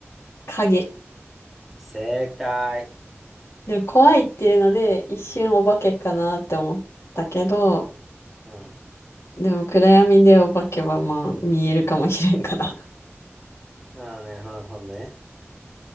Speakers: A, on the left; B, in the centre.
A: 影。
B: 正解。
A: でも怖いっていうので、一瞬お化けかなって思ったけど、
B: うん。あ
A: でも暗闇でお化けはまあ見えるかもしれんから。<laughs>
B: あね、ほんほんね。